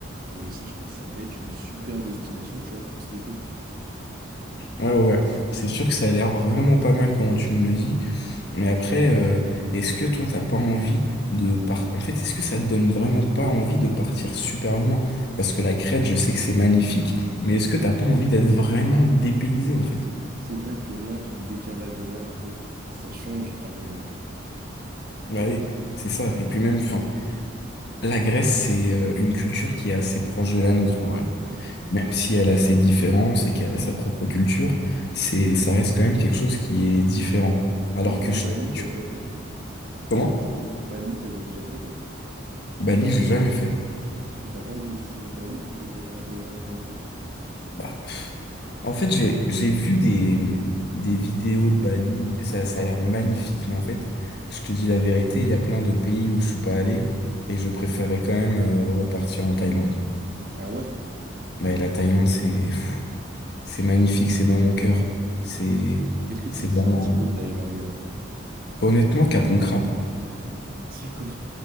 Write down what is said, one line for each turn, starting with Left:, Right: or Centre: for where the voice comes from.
Right: Et ça, je pense, ça peut être une super destination, tu vois, pour cet été.
Left: ah ouais, ouais. C'est sûr que ça a l'air vraiment pas mal comment tu me le dis. Mais après, euh, est-ce que toi, t'as pas envie de partir... En fait, est-ce que ça te donne vraiment pas envie de partir super loin? Parce que la Crète, je sais que c'est magnifique, mais est-ce que t'as pas envie d'être vraiment dépaysé, en fait?
Right: C'est vrai que rien qu'un décalage horaire, en fait, ça change un voyage.
Left: Bah oui, c'est ça. Et puis même, enfin, la Grèce, c'est euh, une culture qui est assez proche de la nôtre, en vrai.
Right: Mm.
Left: Même si elle a ses différences et qu'elle a sa propre culture, c'est, ça reste quand même quelque chose qui est différent. Alors
Right: Et toi,
Left: que je
Right: Bali,
Left: sais pas,
Right: t'as
Left: tu...
Right: déjà fait?
Left: Comment?
Right: Bali, t'avais déjà fait, toi?
Left: Bali, j'ai jamais fait.
Right: Et t'as pas envie d'essayer Bali plutôt qu'aller en Thaïlande encore une fois?
Left: Bah, pff. en fait, j'ai j'ai vu des, des vidéos de Bali, ça, ça a l'air magnifique, mais en fait, je te dis la vérité, il y a plein de pays où je suis pas allé, et je préférais quand même euh, repartir en Thaïlande.
Right: Ah ouais?
Left: Mais la Thaïlande, c'est pff, c'est magnifique, c'est dans mon cœur. C'est
Right: Est-ce que tu
Left: c'est
Right: te
Left: vraiment...
Right: sens un petit peu thaïlandais, en fait?
Left: Honnêtement, Kapon crap.
Right: C'est quoi?